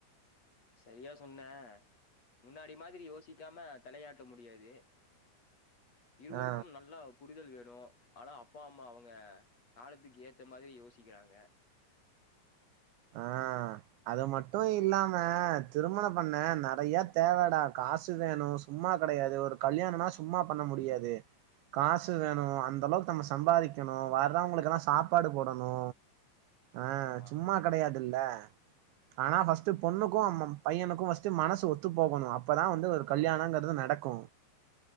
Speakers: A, on the left; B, on the right.
A: சரியா சொன்னே முன்னாடி மாரி யோசிக்காம தலயாட்ட முடியாது இருவருக்கும்
B: ஆ
A: நல்லா புரிதல் வேண்டும் லோ ஆனா அப்பா அம்மா அவுங்க காலத்துக்கு ஏத்த மாரி யோசிக்கிறாங்க
B: ஆ அது மட்டு இல்லாம திருமண பண்ண நெறைய தேவடா காசு வேணு சும்மா கடையாது ஒரு கல்யாணனா சும்மா பண்ண முடியாது காசு வேணு அந்தளவுக்கு நம்ம சம்பாதிக்கனு வரவீங்களுக்கெல்லா சாப்பாடு போடனு ஆ
A: ஆமா,
B: சும்மா டுல்ல ஆனா ஃபஸ்ட்டு பொண்ணுக்கு அம்மம் பையனுக்கு ஃபஸ்ட்டு மனசு ஒத்து போகனு‌ அப்பதா வந்து ஒரு கல்யாணங்கிறது நடக்கு